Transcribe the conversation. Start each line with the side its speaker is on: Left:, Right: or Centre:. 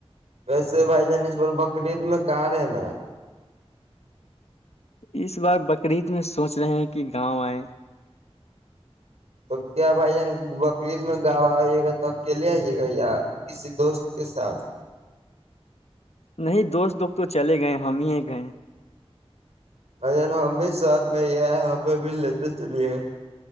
Right: ویسے بھائی جان اس پر بقرید میں کہاں ہے نا
Left: اس بار بقرعید میں سوچ رہے ہیں کہ گاؤں آئے
Right: تو کیا بھائی جان بقرریید میں گاؤں آئیے گا تو اکیلے آئیے گا یا کسی دوست کے ساتھ
Left: نہیں دوست لوگ تو چلے گئے ہم ہی گئے
Right: ا ہم بھی سر میں یہ پہ بھی لیتے چلیے